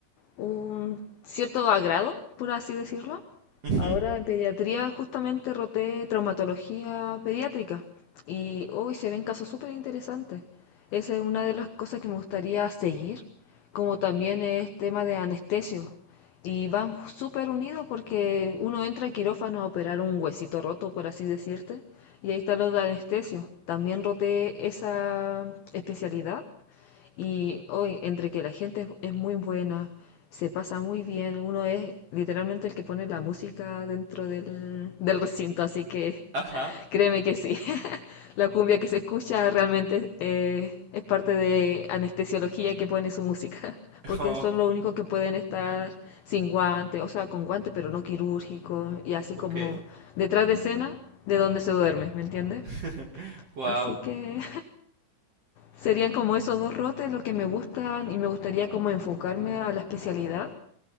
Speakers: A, on the left; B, on the right.
A: un cierto agrado, por así decirlo.
B: Ujú.
A: Ahora en pediatría justamente roté traumatología pediátrica y hoy se ven casos súper interesantes. Esa es una de las cosas que me gustaría seguir, como también es tema de anestesio. Y van súper unidos porque uno entra al quirófano a operar un huesito roto, por así decirte, y ahí están los de anestesio. También roté esa especialidad y hoy, entre que la gente es- muy buena, se pasa muy bien, uno es literalmente el que pone la música dentro del, del recinto, así que
B: Ajá.
A: créeme que sí. <laughs> La cumbia que se escucha realmente eh, es parte de anestesiología que pone su música, <laughs> porque
B: Oh,
A: son los únicos que pueden estar sin guante, o sea, con guante, pero no quirúrgico, y así
B: ok.
A: como detrás de escena, de donde se duerme, ¿me entiendes?
B: <laughs> Wow.
A: Así que Serían como esos dos rotes los que me gustan y me gustaría como enfocarme a la especialidad